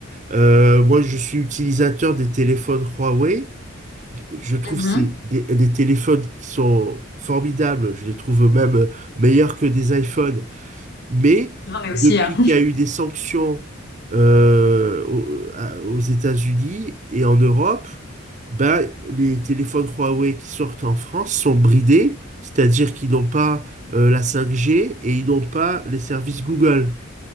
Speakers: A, on the right; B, on the left.
A: Euh, moi, je suis utilisateur des téléphones Huawei. Je trouve
B: Mhm.
A: que c'est des, des téléphones qui sont formidables. Je les trouve même meilleurs que des iPhones. Mais
B: J'en ai aussi,
A: depuis
B: hein.
A: qu'il y a eu des sanctions euh, au- à- aux, États-Unis et en Europe, ben, les téléphones Huawei qui sortent en France sont bridés, c'est-à-dire qu'ils n'ont pas euh, la 5G et ils n'ont pas les services Google.